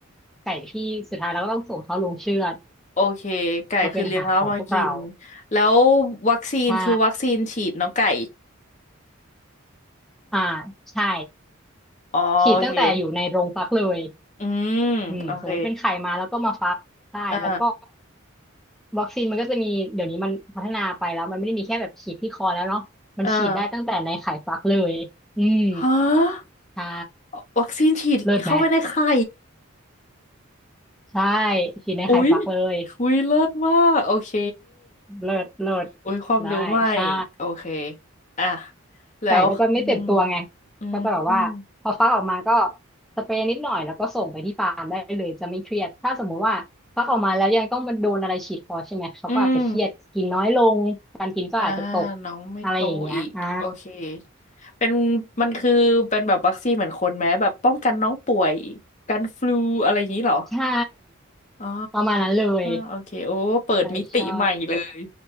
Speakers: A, in the centre; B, on the left.
A: ไก่ที่สุดท้ายเราก็ต้องส่งเขาลงเชือด
B: โอเคไก่คือเลี้ยงแล้วเอามากิน
A: มาเป็นอาหารของพวกเรา
B: แล้ววัคซีนคือวัคซีนฉีดน้องไก่
A: ใช่อ่าใช่
B: อ๋อโอเค
A: ฉีดตั้งแต่อยู่ในโรงฟักเลย
B: อืมโอเค
A: อืมสมมติเป็นไข่มาแล้วก็มาฟัก ใช่
B: อ่า
A: แล้วก็วัคซีนมันก็จะมีเดี๋ยวนี้มันพัฒนาไปแล้วมันไม่ได้มีแค่แบบฉีดที่คอแล้วเนาะมันฉีดได้ตั้งแต่ในไข่ฟักเลยอืม
B: อ่าฮะ
A: ใช่
B: วัคซีนฉีดเข้าไปในไข่
A: เลิศไหมใช่ฉีดในไข่ฟักเลย
B: อุ๊ยคุยเลิศมากโอเค
A: เลิศเลิศ
B: อุ้ยความรู้ใหม่
A: ได้ใช่
B: โอเคอ่ะแล้วอืม
A: ไก่ก็จะไม่เจ็บตัวไง
B: อืม
A: แล้วก็แบบว่าพอฟักออกมาก็สเปรย์นิดหน่อยแล้วก็ส่งไปที่ฟาร์มได้เลยจะไม่เครียดถ้าสมมุติว่าฟักออกมาแล้วยังต้องมันโดนอะไรฉีดคอใช่ไหมเขาก็อาจจะเครียดกินน้อยลงการกินก็อาจจะตก
B: อืม อ่าน้องไม่โตอีกโอเค
A: อะไรอย่างเงี้ยอ่า
B: เป็นมันคือเป็นแบบวัคซีนเหมือนคนไหมแบบป้องกันน้องป่วยกันฟลูอะไรอย่างนี้เหรอ
A: ใช่
B: อ๋อ
A: ประมาณนั้นเลย
B: โอเคโอ้เปิดมิติใหม่เลย
A: ใช่ใช่